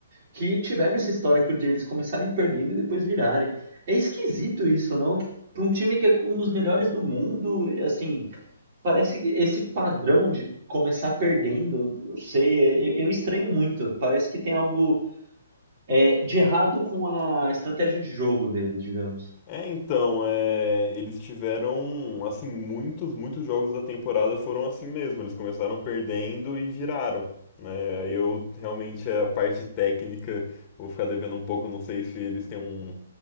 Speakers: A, on the right (about 40°); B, on the left (about 25°).
A: que tiveram esse histórico de eles começarem perdendo e depois virarem. É esquisito isso, não? Para um time que é um dos melhores do mundo, e assim, parece que esse padrão de começar perdendo, não sei, é- eu, eu estranho muito. Parece que tem algo é, de errado com a estratégia de jogo deles, digamos.
B: É, então, é, eles tiveram, assim, muitos, muitos jogos da temporada foram assim mesmo. Eles começaram perdendo e viraram, né? Aí eu realmente a parte técnica vou ficar devendo um pouco, não sei se eles têm um,